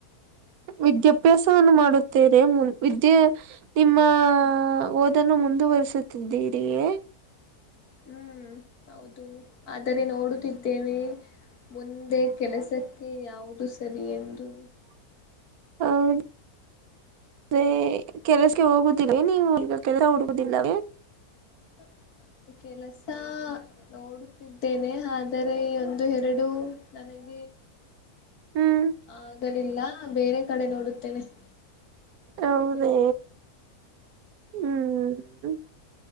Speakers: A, on the right; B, on the left.
A: ವಿದ್ಯಾಭ್ಯಾಸವನ್ನು ಮಾಡುತ್ತೇರೆ ವಿದ್ಯೆ ನಿಮ್ಮ ಓದನ್ನು ಮುಂದುವಸುತ್ತಿದ್ದೀರಿಯೇ <unintelligible>
B: ಹ್ಮ್ ಹೌದು ಆದರೆ ನೋಡುತ್ತಿದ್ದೇವೆ ಮುಂದೆ ಕೆಲಸಕ್ಕೆ ಯಾವುದು ಸರಿ ಎಂದು
A: ಹ <inaudible> ಅದೇ ಕೆಲಸಗೆ ಹೋಗುದರಿ ನೀವುಗ ಕೆಲ ಹುಡುಗುದಿಲ್ಲವೇ
B: ಹ್ಮ <inaudible> ಕೆಲಸ ನೋಡುತ್ತಿದ್ದೇನೆ ಆದರೆ ಈ ಒಂದು ಎರಡು ನನಗೆ
A: <inaudible> ಹ್ಮ್
B: ಆಗಲಿಲ್ಲ ಬೇರೆ ಕಡೆ ನೋಡುತ್ತೇನೆ <inaudible>
A: ಹೌದೇ ಹ್ಮ್ <inaudible>